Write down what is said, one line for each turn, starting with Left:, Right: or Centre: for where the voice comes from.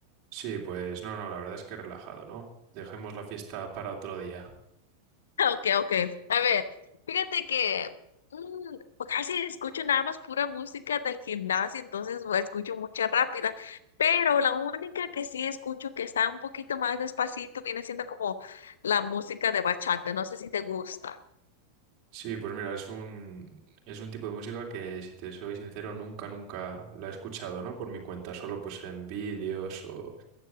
Right: Sí, pues no, no, la verdad es que relajado, ¿no? Dejemos la fiesta para otro día.
Left: <laughs> Ok, ok. A ver, fíjate que mm, pues casi escucho nada más pura música del gimnasio, entonces pues, escucho mucha rápida, pero la única que sí escucho que está un poquito más despacito viene siendo como la música de bachata. No sé si te gusta.
Right: Sí, pues mira, es un, es un tipo de música que, si te soy sincero, nunca, nunca la he escuchado, ¿no? Por mi cuenta, solo pues en vídeos o